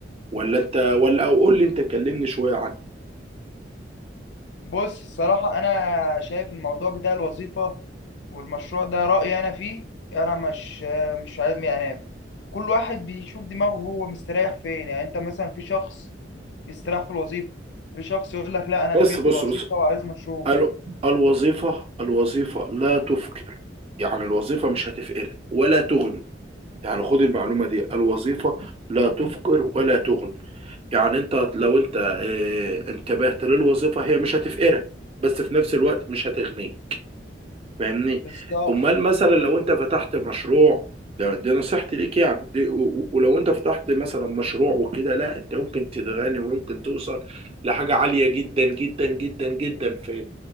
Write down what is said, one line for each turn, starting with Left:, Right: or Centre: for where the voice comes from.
Right: ولا انت ولا او قول لي انت كلمني شوية عنه
Left: بص الصراحة أنا شايف الموضوع بتاع الوظيفة والمشروع ده رأيي أنا فيه أنا مش مش عارف يعني كل واحد بيشوف دماغه هو مستريح فين يعني أنت مثلا في شخص بيستريح في الوظيفة في شخص يقول لك لا أنا
Right: بس
Left: كرهت
Right: بص
Left: الوظيفة
Right: بص
Left: وعايز مشروع
Right: ال- الوظيفة الوظيفة لا تفقر يعني الوظيفة مش هتفقر ولا تغني يعني خد المعلومة دي الوظيفة لا تفقر ولا تغني يعني انت لو انت اه انتبهت للوظيفة هي مش هتفقرك بس في نفس الوقت مش هتغنيك فاهمني
Left: بالظبط
Right: امال مثلا لو انت فتحت مشروع ده- دي نصيحتي ليك يعني دي و- و- ولو انت فتحت مثلا مشروع وكده لا انت ممكن تتغني وممكن توصل لحاجة عالية جدا جدا جدا جدا في